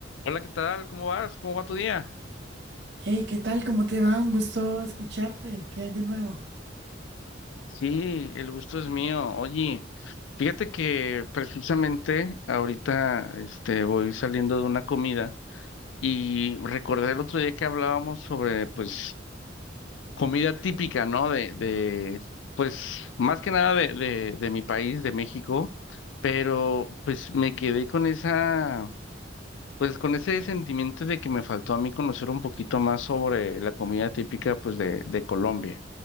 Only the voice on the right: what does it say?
Hey, ¿qué tal? ¿Cómo te va? Un gusto escucharte. ¿Qué hay de nuevo?